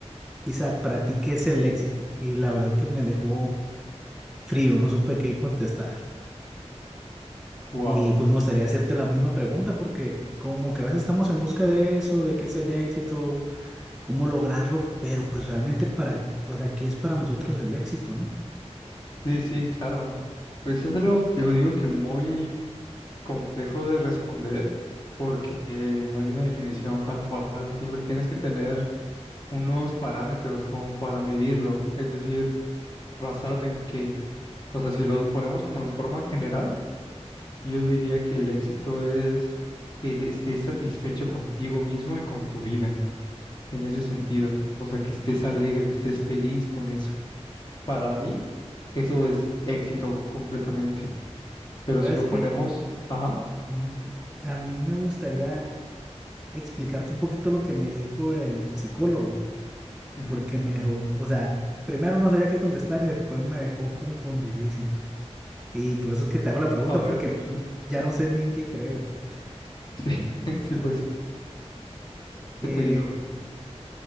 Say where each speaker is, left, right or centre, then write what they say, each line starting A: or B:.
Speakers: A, in the centre; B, on the left.
A: Isaac, ¿para ti qué es el éxito? Y la verdad que me dejó frío, no supe qué contestar.
B: Wow.
A: Y pues me gustaría hacerte la misma pregunta porque como que a veces estamos en busca de eso, de qué es el éxito, cómo lograrlo, pero pues realmente para, o sea, ¿qué es para nosotros el éxito, no?
B: Sí, sí, claro. Pues es lo, yo digo que muy complejo de responder porque eh, no hay una definición tal cual. Siempre tienes que tener unos parámetros como para medirlo. Es decir, basado en qué. O sea, si lo ponemos como en forma general, yo diría que el éxito es que te- estés satisfecho contigo mismo y con tu vida, en ese sentido. O sea, que estés alegre, que estés feliz con eso. Para mí, eso es éxito completamente. Pero
A: ¿Sabes
B: si lo
A: qué?
B: ponemos, ajá,
A: Ujú. A mí me gustaría explicarte un poquito lo que me dijo el psicólogo,
B: ujú,
A: porque me dejó, o sea, primero no sabía qué contestar y después me dejó confundidísimo. Y por eso es que te hago la pregunta
B: A ver,
A: porque
B: <laughs>
A: mm, ya no sé ni en qué creo, pues.
B: sí, <laughs> sí,
A: Mira,
B: pues,
A: eh,
B: ¿qué te dijo?